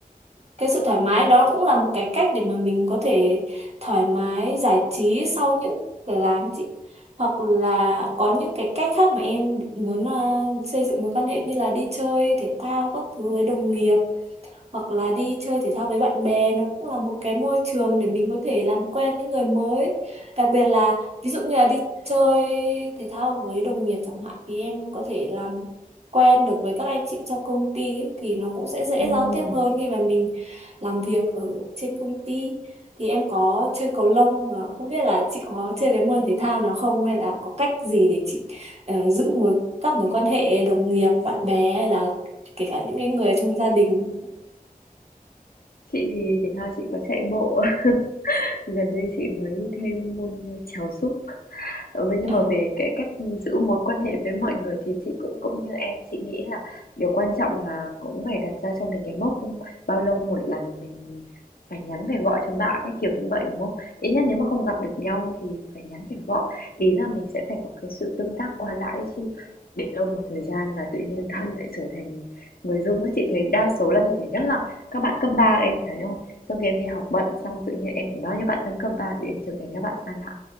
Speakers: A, on the right; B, on the left.
A: cái sự thoải mái đó cũng là một cái cách để mà mình có thể thoải mái giải trí sau những giờ làm ấy chị. Hoặc là có những cái cách khác mà em muốn ờ, xây dựng mối quan hệ như là đi chơi thể thao các thứ với đồng nghiệp hoặc là đi chơi thể thao với bạn bè nó cũng là một cái môi trường để mình có thể làm quen những người mới đặc biệt là ví dụ như là đi chơi thể thao với đồng nghiệp chẳng hạn thì em có thể làm quen được với các anh chị trong công ty ấy, thì nó cũng sẽ dễ
B: Ừm,
A: giao tiếp hơn khi mà mình làm việc ở trên công ty thì em có chơi cầu lông mà không biết là chị có chơi cái môn thể thao nào không hay là có cách gì để chị ờ, giữ mối các mối quan hệ đồng nghiệp bạn bè hay là kể cả những cái người trong gia đình
B: Chị thì thể thao chị có chạy bộ. <laughs> Gần đây chị mới thêm môn ờ, chèo súp. Ờ, vậy nhưng
A: À,
B: mà về cái cách giữ mối quan hệ với mọi người thì chị cũng cũng như em, chị nghĩ là điều quan trọng là cũng phải đặt ra cho mình cái mốc bao lâu một lần mình phải nhắn phải gọi cho bạn ấy kiểu như vậy đúng không? Ít nhất nếu mà không gặp được nhau thì phải nhắn phải gọi. Ý là mình sẽ phải có cái sự tương tác qua lại ấy chứ. Để lâu một thời gian là tự nhiên thân lại trở thành người dưng ấy. Chị thấy đa số là như thế nhất là các bạn cấp ba em thấy không? Sau khi em đi học bận xong tự nhiên em thấy bao nhiêu bạn thân cấp 3 tự nhiên trở thành các bạn xa lạ